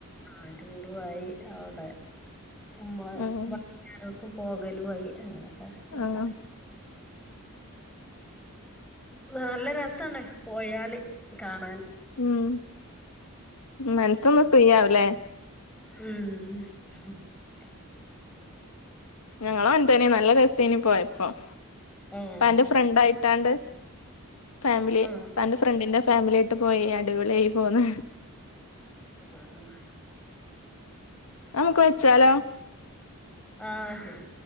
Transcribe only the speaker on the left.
ഉം
ആഹ്
ഉം മനസ്സൊന്നു ഫ്രീ ആവുഅല്ലേ
ഞങ്ങളോ എന്തെനു നല്ല രസേന പോയപ്പോ
ഇപ്പാന്റെ ഫ്രണ്ടായിട്ടാണ്ട്- ഫാമിലി
എന്റെ ഫ്രണ്ടിന്റെ ഫാമിലി പോയി അടിപൊളിയായി പോന്ന്
നമ്മുക്ക് വെച്ചാലോ